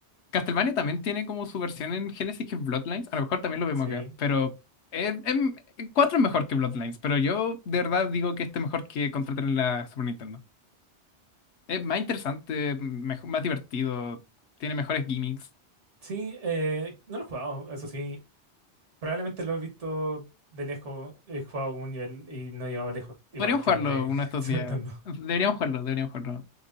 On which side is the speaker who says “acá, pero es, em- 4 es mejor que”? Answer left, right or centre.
Left